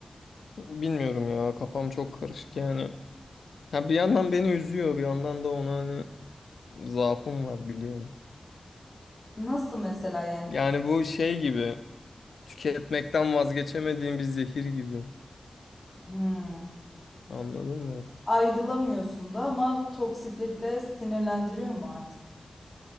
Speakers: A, on the left (about 85°); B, on the left (about 25°).
A: Bilmiyorum ya. Kafam çok karışık yani. Ha bir yandan beni üzüyor, bir yandan da ona hani zaafım var biliyorum.
B: Nasıl mesela yani?
A: Yani bu şey gibi. Tüketmekten vazgeçemediğim bir zehir gibi.
B: Hmm,
A: Anladın mı?
B: ayrılamıyorsun da ama toksiklikte sinirlendiriyor mu artık?